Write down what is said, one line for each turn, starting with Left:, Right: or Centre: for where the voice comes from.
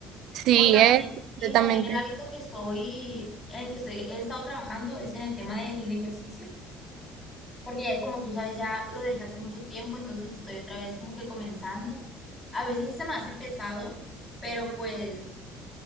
Right: sí,
Centre: O también,
Right: eh, completamente.
Centre: y también el hábito que estoy, en el que estoy, he estado trabajando es en el tema del ejercicio, porque ya como tú sabes, ya lo dejé hace mucho tiempo, entonces estoy otra vez como que comenzando. A veces sí se me hace pesado, pero pues